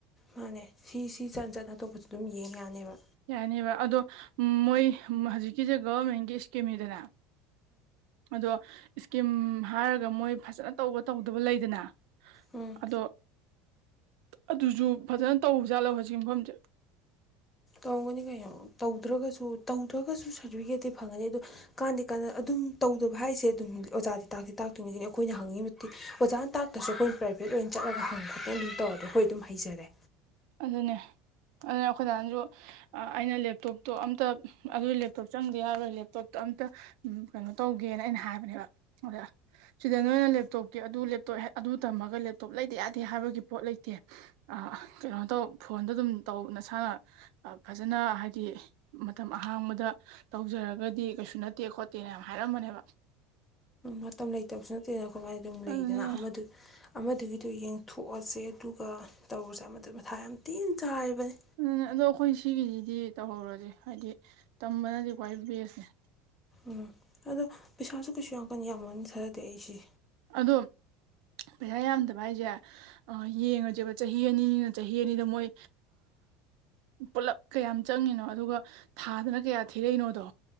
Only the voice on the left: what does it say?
ꯃꯥꯅꯦ ꯁꯤ ꯁꯤ ꯆꯟ ꯆꯠ ꯑꯇꯣꯞꯄꯁꯨ ꯑꯗꯨꯝ ꯌꯦꯡ ꯌꯥꯅꯦꯕ
ꯎꯝ
ꯇꯧꯒꯅꯤ ꯀꯩꯅꯣ ꯇꯧꯗ꯭ꯔꯒꯁꯨ ꯇꯧꯗ꯭ꯔꯒꯁꯨ ꯁꯥꯔꯇꯤꯐꯤꯀꯦꯠꯇꯤ ꯐꯪꯒꯅꯤ ꯑꯗꯣ ꯀꯥꯟꯅꯗꯗꯤ ꯀꯥꯟꯗ ꯑꯗꯨꯝ ꯇꯧꯗꯕ ꯍꯥꯏꯁꯦ ꯑꯗꯨꯝ ꯑꯣꯖꯥꯗꯤ ꯇꯥꯛꯇꯤ ꯇꯥꯛꯇꯣꯏꯅꯤ ꯑꯩꯈꯣꯏꯅ ꯍꯪꯉꯤꯕ ꯑꯣꯖꯥꯅ ꯇꯥꯛꯇꯁꯨ ꯑꯩꯈꯣꯏꯅ ꯄ꯭ꯔꯥꯏꯚꯦꯠ ꯑꯣꯏꯅ ꯆꯠꯂꯒ ꯍꯪꯈꯅꯦꯦ ꯑꯗꯨꯝ ꯇꯧꯔꯗꯣ ꯑꯩꯈꯣꯏ ꯑꯗꯨꯝꯩꯖꯔꯦ
ꯃꯇꯝ ꯂꯩꯇꯕꯁꯨ ꯅꯠꯇꯦꯅ ꯑꯩꯃꯥꯏꯅ ꯑꯗꯨꯝ ꯂꯩꯗꯅ
ꯑꯃ ꯑꯃꯗꯨꯒꯤꯗꯣ ꯌꯦꯡꯊꯣꯛꯑꯁꯦ ꯑꯗꯨꯒ ꯇꯧꯔꯁꯦ ꯑꯃꯗꯨ ꯃꯊꯥ ꯌꯥꯝ ꯇꯤ ꯆꯥꯏꯔꯤꯕꯅꯦ
ꯎꯝ ꯑꯗꯣ ꯄꯩꯁꯥꯁꯨ ꯀꯩꯁꯨ ꯌꯥꯝ ꯀ ꯌꯥꯝꯃꯅꯤ ꯊꯥꯗꯦ ꯑꯩꯁꯦ